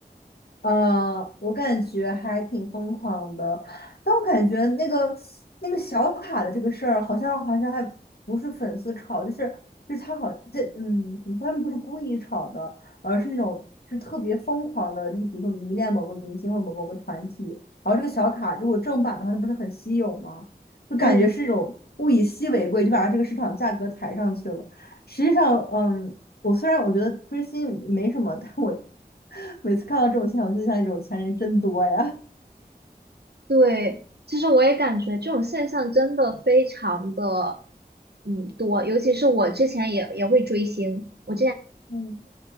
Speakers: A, on the left (about 70°); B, on the right (about 75°).
A: 呃，我感觉还挺疯狂的，但我感觉那个那个小卡的这个事儿，好像好像还不是粉丝炒，就是就是他好这嗯，怎么说他们不是故意炒的，而是那种就是特别疯狂的，就是比如说迷恋某个明星或某某个团体，然后这个小卡如果正版的话，它不是很稀有吗？就感觉是一种物以稀为贵，
B: 嗯，
A: 就把它这个市场价格抬上去了。实际上，嗯，我虽然我觉得追星没什么，但我 <laughs> 每次看到这种现象，我就想，有钱人真多呀。
B: 对，其实我也感觉这种现象真的非常的嗯多，尤其是我之前也也会追星，我之前。
A: 嗯。